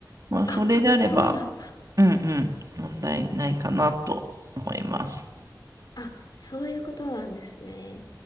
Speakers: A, on the right; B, on the left.
A: まあそれであれば、
B: あ、そうなんだ。
A: うんうん、問題ないかなと思います。
B: あ、そういうことなんですね。